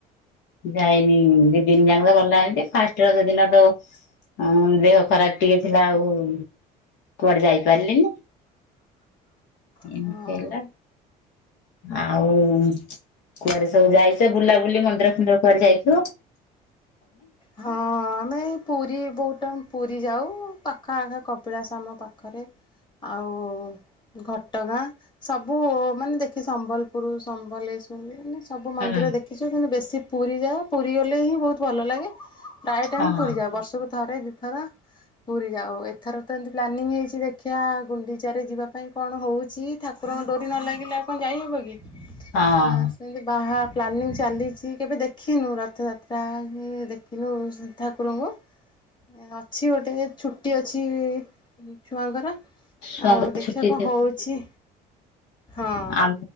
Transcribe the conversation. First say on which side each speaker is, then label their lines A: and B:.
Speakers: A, on the left; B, on the left.
A: ଯାଇନି ଦି ଦିନ ଯାକ ତ ଗଲା ଏମିତି ଫାଷ୍ଟ ର ସେଦିନ ତ ହଁ ଦେହ ଖରାପ ଟିକେ ଥିଲା ଆଉ କୁଆଡେ ଯାଇପାରିଲିନି। ଏମ
B: ହଁ
A: ଖଲା। ଆଉ କୁଆରେ ସବୁ ଯାଇଛ ବୁଲାବୁଲି ମନ୍ଦିର ନ୍ଦ୍ର ଘ ଯାଇଥିଲୁ
B: ହଁ ଆମେ ପୁରୀ ବହୁତ ଟମ ପୁରୀ ଯାଉ ପାଖା ଆଖା କବିଳାସ ଆମ ପାଖରେ ଆଉ ଘଟଗାଁ ସବୁ ମାନେ ଦେଖି ସମ୍ବଲପୁର ସମ୍ବଲ ମାନେ ସବୁ
A: ହୁଁ
B: ମନ୍ଦିର ଦେଖିଛୁ କିନ୍ତୁ ବେଶୀ ପୁରୀ ଯାଅ ପୁରୀ ଗଲେ ହିଁ ବହୁତ ଭଲ ଲାଗେ। ଟାଟ
A: ହଁ
B: ଆମେ ପୁରୀଯା ବର୍ଷକୁ ଥରେ ଦିଥର ପୁରୀ ଯାଉ ଏଥର ତ ଏମତି ପ୍ଲାନିଂ ହେଇଛି ଦେଖିବା ଗୁଣ୍ଡିଚ ଯିବା ପାଇଁ କଣ ହଉଛି ଠା ପୁରଣ ଡୋରି ନ ଲାଗିଲେ ଆପଣ ଯାଇହବ କି
A: ହଁ।
B: ଆ ସେମିତି ବାହା ପ୍ଲାନିଂ ଚାଲିଛି କେବେ ଦେଖିନୁ ରଥଯାତ୍ରା ଦେଖିନୁ ଠାକୁରଙ୍କୁ ଅଛି ଗୋଟେ ଛୁଟି ଅଛି ଛୁଆଙ୍କର
A: ଛୁଆଙ୍କ
B: ଆଉ ଦେଖିବା
A: ଛୁଟି
B: କଣ ହଉଛି? ହଁ
A: ଆ